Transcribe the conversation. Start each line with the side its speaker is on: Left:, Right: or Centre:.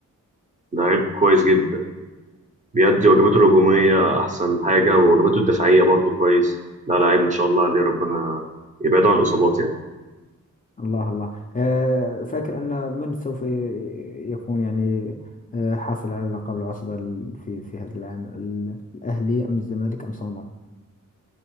Right: لعيب كويس جدا بيأدي واجباته الهجوميه احسن حاجه وواجباته الدفاعيه برضو كويس لا لعيب ان شاء الله عليه ربنا يبعده عن الاصابات يعني
Left: الله الله آه، فاكر أن من سوف ي- يكون يعني آه، حاصل على لقب العصبة ال- في في هذا العام ال- الأهلي أم الزمالك أم سومر